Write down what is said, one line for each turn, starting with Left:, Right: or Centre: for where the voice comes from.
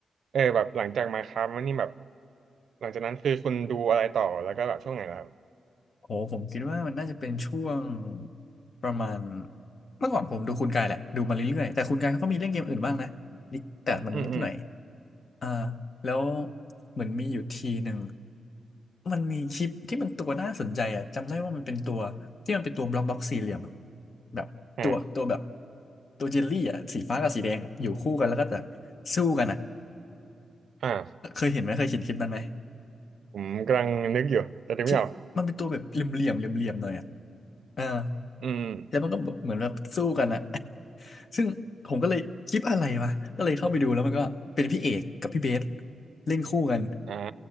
Right: เออแบบหลังจาก Minecraft มาครับวันนี้แบบหลังจากนั้นคือคุณดูอะไรต่อแล้วก็แบบช่วงไหนแล้วครับ
Left: โหผมคิดว่ามันน่าจะเป็นช่วงประมาณเมื่อก่อนผมดูคุณกายแหละดูมาเรื่อยๆแต่คุณกายเขาก็มีเล่นเกมอื่นบ้างนะนิดแต่มันนิดหน่อย
Right: อืมอืม
Left: อ่าแล้วเหมือนมีอยู่ทีหนึ่งมันมีคลิปที่มันตัวน่าสนใจอ่ะจำได้ว่ามันเป็นตัวที่มันเป็นตัวบล็อกบล็อกสี่เหลี่ยมอ่ะแบบตัวตัวแบบ
Right: อ่า
Left: ตัวเจลลี่อ่ะสีฟ้ากับสีแดงอะอยู่คู่กันแล้วก็จะสู้กันอ่ะ
Right: อ่า
Left: เคยเห็นไหมเคยเห็นคลิปนั้นไหม
Right: ผมกำลังนึกอยู่แต่นึกไม่ออก
Left: ที่มันเป็นตัวแบบเหลี่ยมๆเหลี่ยมเหลี่ยมหน่อยอ่ะ เออ
Right: อืมอืม
Left: แล้วมันก็แบบเหมือนแบบสู้กันอะ <laughs> ซึ่งผมก็เลยคลิปอะไรวะก็เลยเข้าไปดูแล้วมันก็เป็นพี่เอกกับพี่เบสเล่นคู่กัน
Right: อ่า